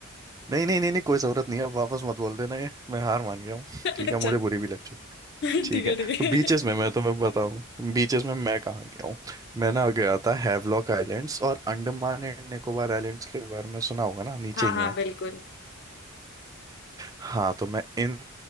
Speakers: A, on the right; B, on the left.
A: नहीं नहीं नहीं नहीं कोई जरूरत नहीं है अब वापस मत बोल देना ये मैं हार मान गया हूँ
B: अच्छा
A: ठीक है मुझे बुरी भी लग चुकी
B: ठीक
A: ठीक
B: है
A: है
B: ठीक
A: तो
B: है
A: बीचेस में मैं तुम्हें बताऊं बीचेस में मैं कहाँ गया हूँ मैं ना गया था हैवलॉक आइलैंड्स और अंडमान एंड निकोबार आइलैंड्स के बारे में सुना होगा ना नीचे
B: हाँ
A: ही
B: हाँ
A: है
B: बिल्कुल
A: हाँ तो मैं इन